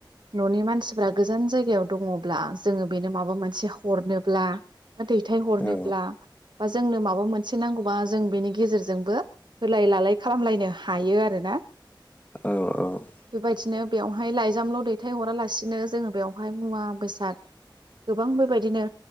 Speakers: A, on the right (about 65°); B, on the left (about 20°).
A: न'नि मानसिफोरा गोजान जायगायाव दङब्ला जोङो बेनो माबा मोनसे हरनोब्ला बा दै फिथाइ हरनोब्ला
B: औ
A: बा जोंनो माब मा मोनसे नांगौबा जों बेनि गेजेरजोंबो होलाय लालाय खालामलायनो हायो आरोना
B: औ औ
A: बेबायदिनो बेवहाय लाइजामल' दैथायहरालासिनो जोङो बेवहाय मुवा बेसाद गोबां बेबायदिनो